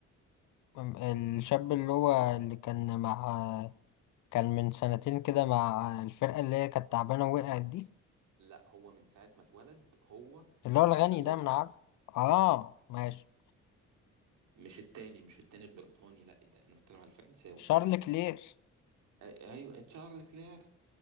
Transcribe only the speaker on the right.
لا هو من ساعة ما اتولد هو
مع
الفريق
الأحمر
مش التاني مش التاني البريطاني لا ده أنا بتكلم على الفرنساوي
أي- أيوه تشارل كلير